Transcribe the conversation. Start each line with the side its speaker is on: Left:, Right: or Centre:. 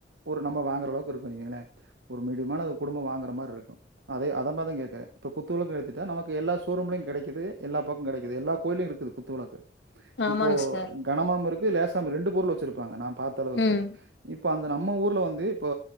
Right: ஒரு நம்ம வாங்கற அளவுக்கு இருக்கு வைங்கள ஒரு மீடியமான குடும்பம் வாங்கற மாரி இருக்கும் அதே அத மாறி தா கேக்கற இப்ப குத்துவெளக்கு எடுத்திட்டா நமக்கு எல்லா ஷோரூம்லயு கெடைக்குது எல்லா பக்கு கெடைக்குது எல்லா கோயிலயு இருக்குது குத்துவெளக்கு
Left: ஆமாங்
Right: இப்போ
Left: சார்
Right: கனமாம இருக்கு லேசா ரெண்டு பொருள் வச்சிருப்பாங்க நா பாத்த அளவுக்கு
Left: ம்
Right: இப்போ அந்த நம்ம ஊர்ல வந்து இப்போ